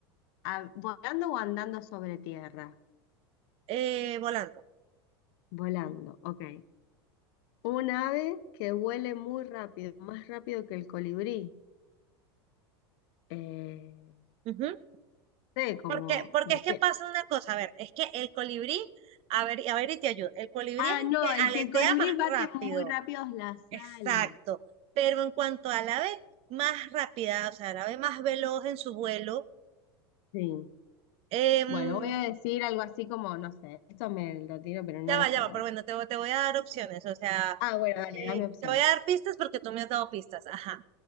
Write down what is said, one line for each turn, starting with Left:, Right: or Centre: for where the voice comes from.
Left: ah, ¿volando o andando sobre tierra?
Right: eh, volando.
Left: Volando, ok. Un ave que vuele muy rápido, más rápido que el colibrí. Eh,
Right: Ujú.
Left: no sé, como...
Right: Porque, porque
Left: de
Right: es
Left: pe-
Right: que pasa una cosa, a ver, es que el colibrí, a ver, a ver y te ayudo, el colibrí
Left: Ah,
Right: es el
Left: no,
Right: que
Left: el
Right: aletea
Left: que el colibrí
Right: más
Left: bate
Right: rápido,
Left: muy rápido las
Right: exacto,
Left: alas.
Right: pero en cuanto al ave más rápida, o sea, el ave más veloz en su vuelo,
Left: Sí.
Right: em,
Left: Bueno, voy a decir algo así como, no sé, esto me lo tiro, pero no
Right: ya va,
Left: lo sé,
Right: ya va,
Left: la
Right: pero
Left: verdad.
Right: bueno, te, voy- te voy a dar opciones, o sea,
Left: Ah, bueno, dale,
Right: eh,
Left: dame opciones.
Right: te voy a dar pistas porque tú me has dado pistas, ajá.